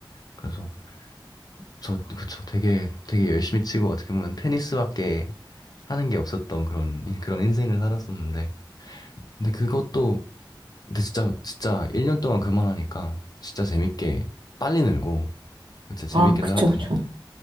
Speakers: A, on the left; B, on the right.
A: 그래서 저, 그쵸. 되게, 되게 열심히 치고 어떻게 보면 테니스밖에 하는 게 없었던 그런, 인- 그런 인생을 살았었는데. 근데 그것도, 근데 진짜, 진짜 1년 동안 그만하니까 진짜 재밌게 빨리 늘고 진짜 재밌게
B: 아, 그쵸,
A: 살았던
B: 그쵸.
A: 것 같아요.